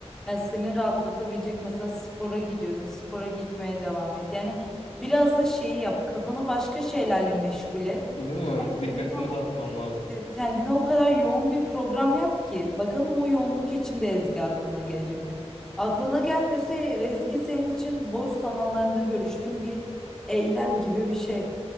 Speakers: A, in the centre; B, on the left.
A: Ya seni rahatlatabilecek mesela spora gidiyordun, spora gitmeye devam et. Yani biraz da şeyi yap, kafanı başka şeylerle meşgul et.
B: Değil mi? Dikkatimi
A: Yani
B: dağıtmam lazım.
A: Kendine o kadar yoğun bir program yap ki bakalım o yoğunluk içinde Ezgi aklına gelecek mi? Aklına gelmiyorsa Ezgi senin için boş zamanlarında görüştüğün bir eylem gibi bir şey.